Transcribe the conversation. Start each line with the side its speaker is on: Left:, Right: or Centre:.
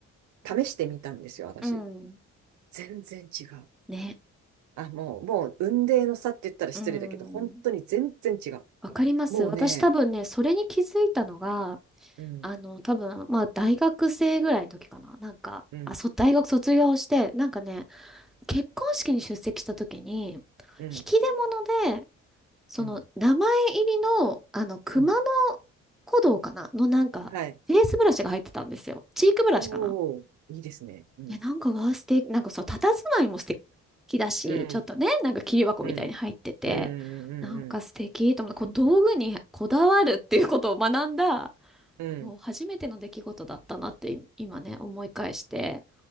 Right: 試してみたんですよ、私。
Centre: うん。
Right: 全然違う。
Centre: ね。
Right: あ、もう、もう、雲泥の差って言ったら失礼だけど、
Centre: うん。
Right: 本当に全然違う。
Centre: わかります。
Right: もうね、
Centre: 私多分ね、それに気づいたのが、
Right: うん、
Centre: あの、多分、まあ、大学生ぐらいの時かな。なんか、
Right: うん、
Centre: あ、そ大学卒業して、なんかね、結婚式に出席した時に、引き出
Right: うん、
Centre: 物で、その、
Right: うん、
Centre: 名前入りの、あの、熊野
Right: うん。
Centre: 古道かなのなんか、
Right: はい。
Centre: フェイスブラシが入ってたんですよ。チークブラシかな
Right: おお、いいですね。うん、
Centre: ねなんかワーステーなんかそう、佇まいも素敵だし、
Right: うん、
Centre: ちょっとね、なんか切り箱みたいに入ってて、
Right: うん、うん、うん、
Centre: なんか素敵と思って、
Right: うん、
Centre: こう道具にこだわるっていうことを学んだ、
Right: うん。
Centre: こう初めての出来事だったなってい今ね、思い返して。